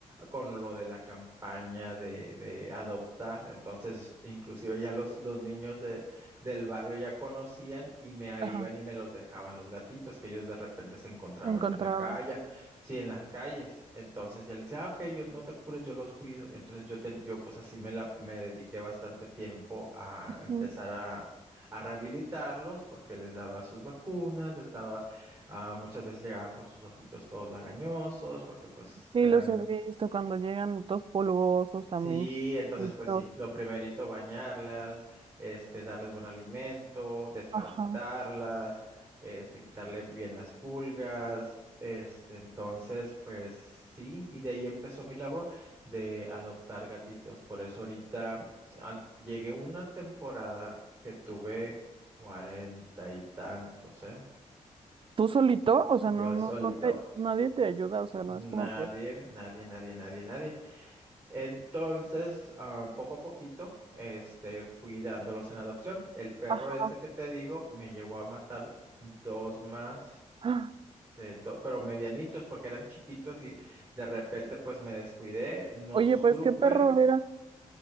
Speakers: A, on the right; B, on the right.
A: con lo de la campaña de, de adoptar. Entonces, inclusive ya los, los niños de, del barrio ya conocían y me ahí
B: Ajá,
A: iban y me los dejaban los gatitos que ellos de repente se encontraban
B: encontraban.
A: en la calle, sí, en las calles. Entonces ya les decía, "Ah, ok, yo no te apures, yo los cuido. Entonces yo, ten- yo pues así me, la, me dediqué bastante tiempo a empezar
B: Mm.
A: a... a rehabilitarlos porque les daba sus vacunas, les daba Ah, muchas veces llegaban con sus ojitos todos lagañosos porque pues
B: Sí,
A: eran...
B: los he visto cuando llegan todos polvosos también.
A: Sí, entonces
B: Y
A: pues
B: todo.
A: sí, lo primerito bañarlas, este, darles buen alimento, desparasitarlas,
B: Ajá.
A: este, quitarle bien las pulgas, este, entonces pues sí, y de ahí empezó mi labor de adoptar gatitos. Por eso ahorita an- llegué una temporada que tuve cuarenta y tantos, ¿eh?
B: ¿Tú solito? O sea,
A: Yo
B: no, no,
A: solito.
B: no te, nadie te ayuda, o sea,
A: Nadie,
B: no es como que.
A: nadie, nadie, nadie, nadie. Entonces, ah, poco a poquito, este, fui dándolos en adopción. El perro
B: Ajá.
A: ese que te digo me llegó a matar dos más
B: Ah,
A: de to- pero medianitos porque eran chiquitos y de repente pues me descuidé, no
B: Oye,
A: supe,
B: pues qué perro era.